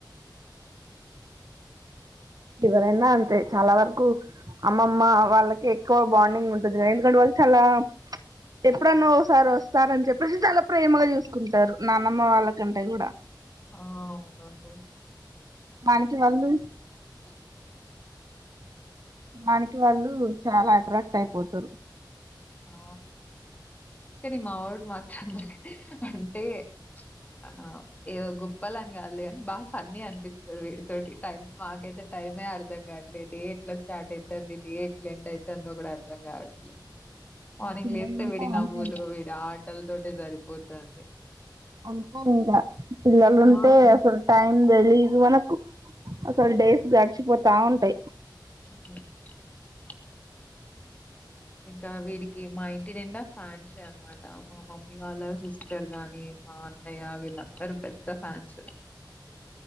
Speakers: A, on the right; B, on the left.
A: ఎవరైనా అంతే చాలా వరకు అమ్మమ్మ వాళ్ళకి ఎక్కువ బాండింగ్ ఉంటుంది ఎందుకంటే వాళ్ళు వాళ్లు ఎప్పుడన్నా ఒకసారి వస్తారు కదా వస్తారని చెప్పేసి చాలా ప్రేమగా చూసుకుంటారు నాన్నమ్మ వాళ్ళకంటే కూడా
B: ఆ అవునండి
A: మనకి వాళ్ళు
B: దగ్గు సౌండ్
A: దానికి వాళ్ళు చాలా అట్రాక్ట్ అయిపోతారు
B: ఆ కానీ మా వాడు అందరి అంటే ఆ ఏ గుప్పలు అని కావాలి అని బాగా ఫన్నీ అనిపిస్తుంది వీటితోటి టైం మాకైతే టైమే అర్ధం కాదు డే ఎట్లా స్టార్ట్ అవుతుంది డే ఎట్లా ఎండ్ అవుతుందో కూడా అర్థం కావట్లే మార్నింగ్
A: పిల్లలు
B: లేస్తే
A: ఉంటే
B: వడి నవ్వులు
A: అంతే ఇంకా
B: వడి ఆటలతోటే సరిపోతుంది
A: అంతే ఇంకా పిల్లలు ఉంటే
B: ఆ!
A: అసలు టైం తెలిదు మనకు అసలు డేస్ గడిచిపోతా ఉంటాయి
B: అ ఇంకా వీడికి మా ఇంటి నిండా ఫ్యాన్సే అనమాట మా మమ్మీ వాళ్ళ సిస్టర్ గాని మా అన్నయ్య వీళ్ళందరుూ పెద్ద ఫన్ అ